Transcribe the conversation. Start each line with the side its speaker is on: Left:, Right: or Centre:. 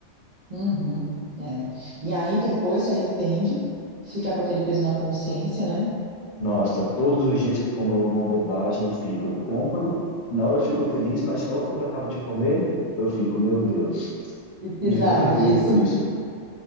Right: Uhum. É. E aí depois se arrepende, fica com aquele peso na consciência, né?
Left: Nossa, todos os dias que eu como alguma bobagem, eu fico, eu compro, na hora eu fico feliz, mas logo quando eu acabo de comer, eu fico, meu Deus,
Right: Precisava
Left: não devia ter feito
Right: disso.
Left: isso.